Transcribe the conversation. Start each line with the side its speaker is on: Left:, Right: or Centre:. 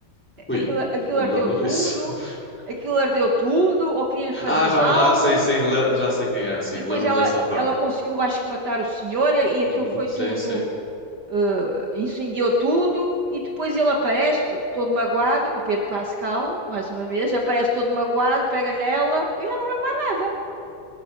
Centre: Ui,
Right: aquilo, aquilo
Centre: não
Right: ardeu
Centre: me lembro
Right: tudo,
Centre: disso. <laughs>
Right: aquilo ardeu tudo, ou queria-lhe fazer
Centre: Ah, já
Right: mal,
Centre: me... Ah, sim, sim, le- já sei quem é, sim,
Right: e depois
Centre: lembro-me
Right: ela,
Centre: dessa parte.
Right: ela conseguiu, acho que, matar o senhor, e aquilo
Centre: Uhum,
Right: foi
Centre: sim,
Right: tudo,
Centre: sim.
Right: eh, incendiou tudo, e depois ele aparece todo magoado, o Pedro Pascal, mais uma vez, aparece todo magoado, pega nela, e eu já não lembro mais nada.